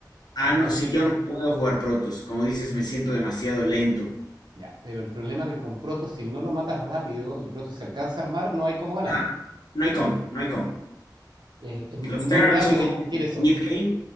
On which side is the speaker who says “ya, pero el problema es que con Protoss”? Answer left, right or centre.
Right